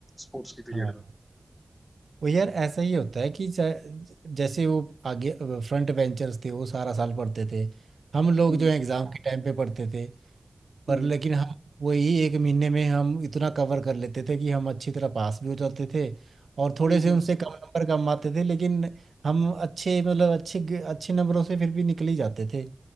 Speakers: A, on the left; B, on the right.
A: स्पोर्ट्स के पीरियड
B: हाँ
A: में
B: वो यार ऐसा ही होता है कि ज- जैसे वो आगे फ्रंट बेंचर्स थे वो सारा साल पढ़ते थे हम लोग
A: हम्म
B: जो एग्ज़ाम के टाइम पे पढ़ते थे पर
A: हम्म
B: लेकिन हम वही एक महीने में हम इतना कवर कर लेते थे कि हम अच्छी तरह पास भी हो जाते थे और थोड़े
A: हम्म हम्म,
B: से उनसे
A: हम्म।
B: कम नंबर कम आते थे लेकिन हम अच्छे मतलब अच्छे अच्छे नंबरों से फिर भी निकल ही जाते थे